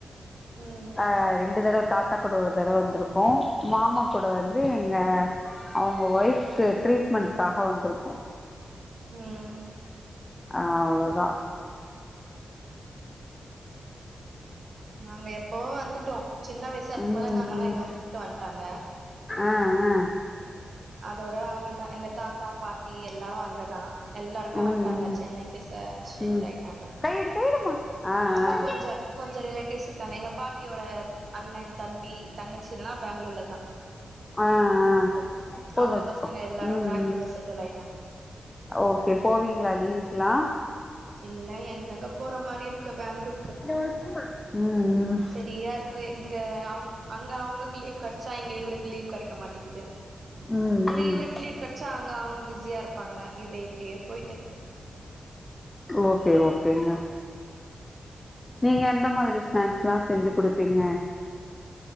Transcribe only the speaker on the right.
ம்
ம்
நாங்க எப்பவோ வந்துட்டோ. சின்ன வயசா இருக்கு
போது நாங்கல்லா
எங்கள கூப்ட்டு வந்துட்டாங்க.
அதோட அவளதா எங்க தாத்தா பாட்டி எல்லாரு அங்கதா எல்லாருமே
வந்துட்டாங்க சென்னைக்கு ஷ ஷிஃப்ட்
ஆயிட்டாங்க.
இன்னு கொஞ்ச கொஞ்சோ ரிலேட்டிவ்ஸ் இருக்காங்க. எங்க பாட்டியோட அண்ணன் தம்பி தங்கச்சில்லா பெங்களூர்ல தா
அவங்க
பசங்க எல்லாரு
பெங்களூர்ல
செட்டில் ஆயிட்டாங்க
இல்ல எங்கங்க போற மாரி இருக்கு. பெங்களூர்
சரியா இருக்கு இங்க அவங்க அங்க அவங்களுக்கு லீவ் கெடச்ச இங்க இவருக்கு லீவ் கிடைக்க மாட்டேங்கிது.
இங்க
இவருக்கு லீவ் கிடைச்சா அங்க அவங்க பிஸியா இருப்பாங்க இத இப்டியே போய்ட்டு இருக்கு